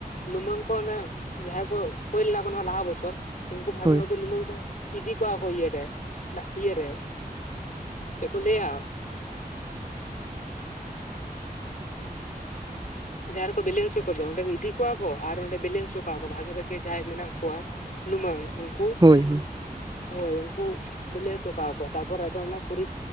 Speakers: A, on the left; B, on the right.
A: ᱞᱩᱢᱟᱹᱝ ᱠᱚ ᱚᱱᱮ ᱡᱟᱦᱟᱸᱭ ᱠᱚ ᱦᱩᱭᱳ ᱞᱮᱱᱟ ᱠᱚ ᱞᱟᱦᱟ ᱵᱚᱪᱷᱚᱨ ᱩᱱᱠᱩ ᱵᱷᱟᱜᱮ
B: ᱦᱳᱭ
A: ᱵᱷᱟᱜᱮ ᱞᱩᱢᱟᱹᱝ ᱠᱚ ᱤᱫᱤ ᱠᱚᱣᱟ ᱠᱚ ᱤᱭᱟᱹᱨᱮ ᱤᱭᱟᱹᱨᱮ ᱪᱮᱫ ᱠᱚ ᱞᱟᱹᱭᱟ ᱡᱟᱦᱟᱸ ᱨᱮᱠᱚ ᱵᱤᱞᱤ ᱦᱚᱪᱚ ᱠᱚᱣᱟ ᱚᱸᱰᱮ ᱠᱚ ᱤᱫᱤ ᱠᱚᱣᱟ ᱠᱚ ᱟᱨ ᱚᱸᱰᱮ ᱵᱤᱞᱤ ᱦᱚᱪᱚ ᱠᱚᱣᱟ ᱠᱚ ᱵᱷᱟᱜᱤ ᱵᱷᱟᱜᱤ ᱡᱟᱦᱟᱸᱭ ᱢᱮᱱᱟᱜ ᱠᱚᱣᱟ᱾ ᱞᱩᱢᱟᱹᱝ ᱩᱱᱠᱩ
B: ᱦᱳᱭ ᱦᱳᱭ
A: ᱦᱳᱭ ᱩᱱᱠᱩ ᱵᱮᱞᱮ ᱦᱚᱪᱚ ᱠᱚᱣᱟᱛᱚ ᱛᱟᱨᱯᱚᱨ ᱟᱫᱚ ᱚᱱᱟ ᱯᱚᱨᱤ